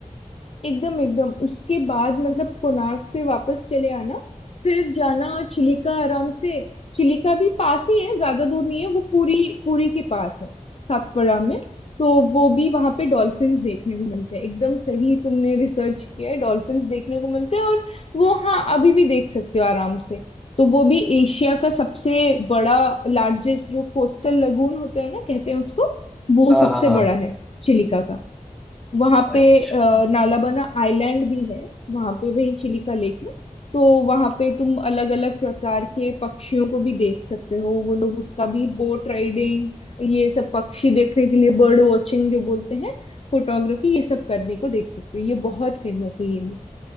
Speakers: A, on the left; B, in the centre.
A: एकदम एकदम उसके बाद मतलब कोणार्क से वापस चले आना फिर जाना चिलिका आराम से चिलिका भी पास ही है ज्यादा दूर नहीं है वो पूरी पूरी के पास है सातपड़ा में तो वो भी वहां पे डॉल्फिन्स देखने को मिलते हैं एकदम सही तुमने रिसर्च किया है डॉल्फिन्स देखने को मिलते हैं और वो हाँ अभी भी देख सकते हो आराम से तो वो भी एशिया का सबसे बड़ा लार्जेस्ट जो कोस्टल लगून होता है ना कहते हैं उसको वो
B: हाँ
A: सबसे
B: हाँ हाँ
A: बड़ा है चिलिका का वहां
B: अच्छा
A: पे अ, नालाबना आइलैंड भी है वहां पे वही चिलिका लेक में तो वहां पे तुम अलग अलग प्रकार के पक्षियों को भी देख सकते हो वो लोग उसका भी बोट राइडिंग ये सब पक्षी देखने के लिए बर्ड वॉचिंग जो बोलते हैं फोटोग्राफी ये सब करने को देख सकते हो ये बहुत फेमस है ये भी